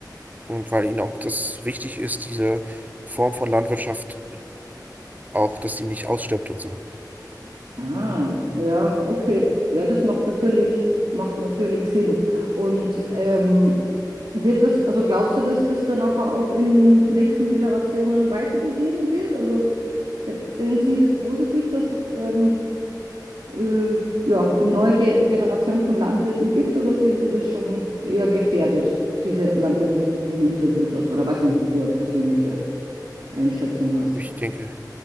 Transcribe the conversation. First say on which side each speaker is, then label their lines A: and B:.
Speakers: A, on the right; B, on the right.
A: und weil ihnen auch das wichtig ist, diese Form von Landwirtschaft auch, dass die nicht ausstirbt und so.
B: Ah, ja, okay. Ja, das macht natürlich, macht natürlich Sinn. Und ähm, wird das, also glaubst du, dass das dann nachher auch in nächsten Generationen weitergegeben wird? Also se sehen Sie das positiv, dass es ähm, äh, ja, eine neue Ge Generation von Landwirten gibt oder sehen Sie das schon eher gefährdet, diese Landwirte, die du interviewt hast? Oder weiß nicht, ob du eine persönliche Einschätzung hast.
A: Ich denke,